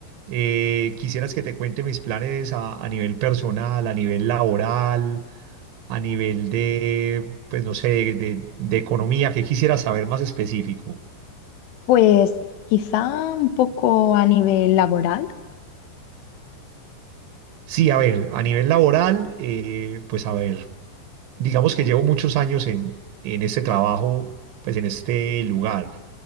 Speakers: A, on the right; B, on the left.
A: eh, quisieras que te cuente mis planes a, a nivel personal, a nivel laboral, a nivel de, pues no sé, de, de- de economía, ¿qué quisieras saber más específico?
B: Pues quizá un poco a nivel laboral.
A: Sí, a ver, a nivel laboral, eh, pues a ver, digamos que llevo muchos años en, en este trabajo, pues en este lugar.